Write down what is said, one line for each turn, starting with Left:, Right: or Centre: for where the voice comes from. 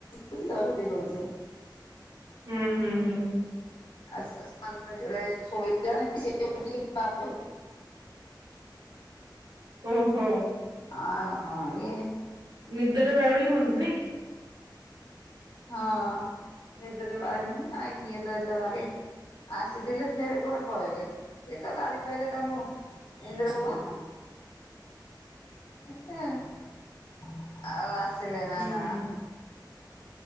Left: ବୁଜି ଚହଟି କଉଛି।
Right: ହୁଁ ହୁଁ ହୁଁ।
Left: ଆ ସେ ସାନ ଝିଅ ତା ଶୋଇଲାଣି। ସେ ଉଠିକି ବାଉଳେଇ ହଉଚି।
Right: ଓହୋ!
Left: ଅଁ ଇଏ।
Right: ନିଦରେ ବାଉଳି ହୁଅନ୍ତି, ନାଇଁ କି?
Left: ହଁ, ନିଦରେ ବାଉଳି ହଛି। ଆ ଇଏତଳ ଯାଙ୍କେ ଆସିଥିଲେ ଫେର୍ କୁଆଡେ ପଳେଇଲେ। ସିଏ ତ ଗାଡି ପାଇଲେ ତାଙ୍କୁ ଇନ୍ଦ୍ରଭବନ!
Right: ଆଚ୍ଛା
Left: ଆଉ ଆସ ଆସିଲେ ନା
Right: ହୁଁ
Left: କଣ?